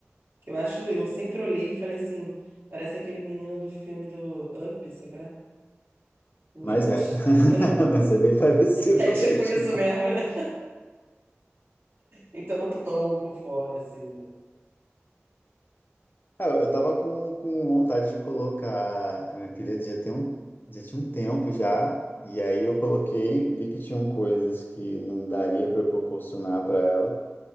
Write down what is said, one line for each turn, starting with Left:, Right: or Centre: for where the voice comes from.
Right: Eu acho, eu sempre olhei e falei assim, parece aquele menino do filme do Up, sabe? Um
Left: Mas
Right: garotinho.
Left: é. <laughs>
Right: <laughs>
Left: Mas é bem <laughs> parecido
Right: É tipo
Left: mesmo.
Right: isso mesmo, né? Então eu não tô tão por fora, assim, né?
Left: Ah, eu eu tava com, com vontade de colocar a minha filha já tem um, já tinha um tempo já, e aí eu coloquei, vi que tinham coisas que não daria para eu proporcionar para ela.